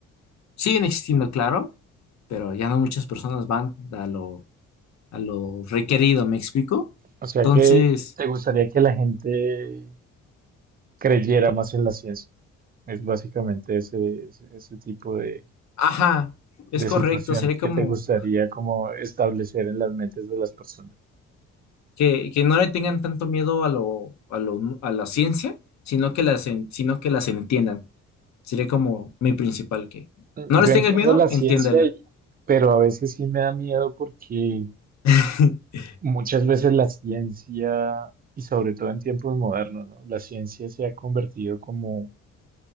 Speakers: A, on the left; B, on the right.
A: Siguen existiendo, claro, pero ya no muchas personas van a lo, a lo requerido, ¿me explico?
B: O sea
A: Entonces,
B: que te gustaría que la gente creyera más en la ciencia. Es básicamente ese, ese, ese tipo de,
A: ajá, es
B: de
A: correcto,
B: situación
A: sería como
B: que te gustaría como establecer en las mentes de las personas.
A: que, que no le tengan tanto miedo a lo, a lo, a la ciencia, sino que las, en- sino que las entiendan. Sería como mi principal, que
B: Mm,
A: no
B: Yo
A: les
B: entiendo
A: tengas miedo,
B: la ciencia,
A: entiéndela.
B: y- pero a veces sí me da miedo porque
A: <laughs>
B: muchas veces la ciencia, y sobre todo en tiempos modernos, ¿no? La ciencia se ha convertido como